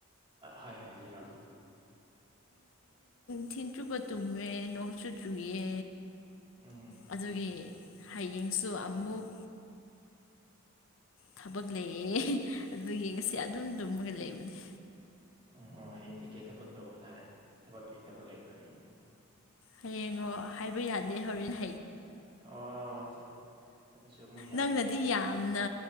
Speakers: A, on the right; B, on the left.
A: ꯍꯥꯏ ꯍꯥꯏ ꯅꯤꯔꯝ
B: ꯊꯤꯟ ꯆꯨꯞꯕ ꯇꯨꯝꯃꯦ ꯅꯣꯡꯁꯨ ꯆꯨꯌꯦ
A: ꯎꯝ
B: ꯑꯗꯨꯒꯤ ꯍꯌꯦꯡꯁꯨ ꯑꯃꯨꯛ ꯊꯕꯛ ꯂꯩꯌꯦ ꯑꯗꯨ ꯌꯦ ꯉꯁꯤ ꯑꯗꯨꯝ ꯇꯨꯝꯃꯒ ꯂꯩꯕꯅꯦ
A: ꯎꯝ ꯑꯣ ꯍꯌꯦꯡꯗꯤ ꯀꯩ ꯊꯕꯛ ꯇꯧꯕ ꯇꯥꯔꯦ ꯊꯕꯛ ꯀꯩ ꯊꯕꯛ ꯂꯩꯕ꯭ꯔꯥ ꯍꯌꯦꯡꯗꯤ
B: ꯍꯌꯦꯡꯉꯣ ꯍꯥꯏꯕ ꯌꯥꯗꯦ ꯍꯧꯖꯤꯛ
A: ꯑꯣ ꯑꯗꯨꯁꯨ ꯑꯃꯨꯛ ꯌꯥꯈꯤꯗ꯭ꯔꯦ
B: ꯅꯪꯅꯗꯤ ꯌꯥꯝꯅ